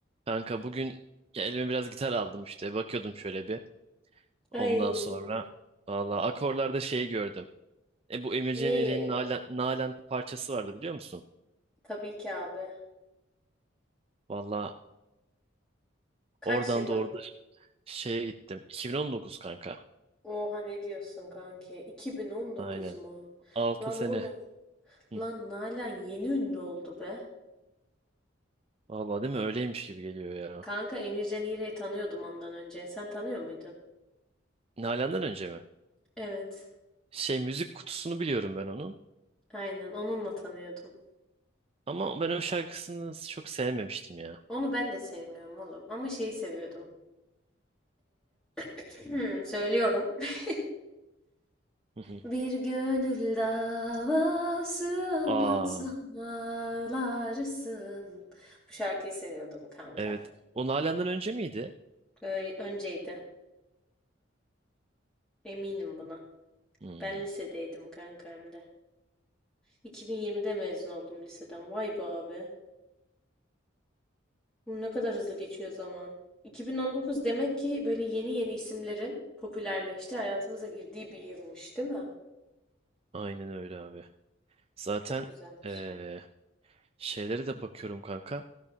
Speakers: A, on the right; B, in the centre.
A: Kanka bugün ya elime biraz gitar aldım işte. Bakıyordum şöyle bir. Ondan
B: Ay,
A: sonra valla akorlarda şey gördüm. E bu Emircan
B: Lee.
A: İrik'in Nalan, Nalan parçası vardı biliyor musun?
B: Tabii ki abi.
A: Valla
B: Kaç
A: oradan
B: yılı?
A: doğru da şeye gittim. 2019 kanka.
B: Oha ne diyorsun kanki? 2019
A: Aynen.
B: mu?
A: Altı
B: Lan
A: sene.
B: oğlum.
A: Hı.
B: Lan Nalan yeni ünlü oldu be.
A: Valla değil mi? Öyleymiş gibi geliyor ya.
B: Kanka Emircan İğrek'i tanıyordum ondan önce. Sen tanıyor muydun?
A: Nalan'dan önce mi?
B: Evet.
A: Şey müzik kutusunu biliyorum ben onun.
B: Aynen onunla tanıyordum.
A: Ama ben o şarkısını çok sevmemiştim ya.
B: Onu ben de sevmiyorum oğlum. Ama şeyi seviyordum. Ee, <clears throat> söylüyorum. <laughs>
A: Hı hı.
B: Bir gönül davası anlatsam
A: Aa,
B: ağlarsın. Bu şarkıyı seviyordum kanka.
A: evet. O Nalan'dan önce miydi?
B: Öyle önceydi. Eminim buna.
A: Hmm,
B: Ben lisedeydim kanka hem de. 2020'de mezun oldum liseden. Vay be abi. Bu ne kadar hızlı geçiyor zaman. 2019 demek ki böyle yeni yeni isimlerin popülerleşti, hayatımıza girdiği bir yılmış, değil mi?
A: aynen öyle abi. Zaten
B: Çok güzelmiş.
A: eee, şeylere de bakıyorum kanka.